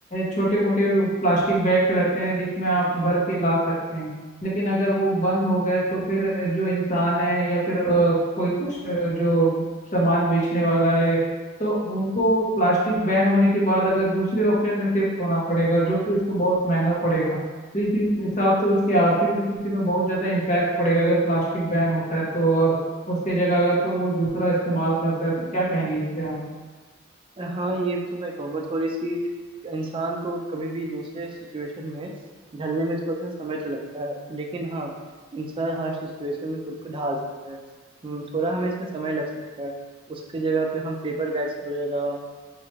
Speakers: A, on the left (about 35°); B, on the right (about 25°).
A: छोटे मोटे प्लास्टिक बैग रहते हैं जिसमें आप भर के ला सकते हैं लेकिन अगर वो बंद हो गए तो फिर अ, जो इंसान है या फिर अ, कोई कस्ट- अ, जो सामान बेचने वाला है तो उनको प्लास्टिक बैन होने के बाद अगर दूसरे ऑप्शन में शिफ्ट होना पड़ेगा जो कि उसको बहुत महंगा पड़ेगा तो इस इस हिसाब से उसकी आर्थिक स्थिति में बहुत ज़्यादा इम्पैक्ट पड़ेगा अगर प्लास्टिक बैन होता है तो और उसके जगह अगर कोई वो दूसरा इस्तेमाल करता है तो क्या कहेंगे इस पे आप
B: हाँ ये तो मैं कहूँगा थोड़ी सी इंसान को कभी भी दूसरे सिचुएशन में ढलने में थोड़ा सा समय तो लगता है लेकिन हाँ इंसान हर सिचुएशन में खुद को ढाल सकता है हम्म, थोड़ा हमें इसमें समय लग सकता है उसकी जगह पे हम पेपर बैग्स वगैरह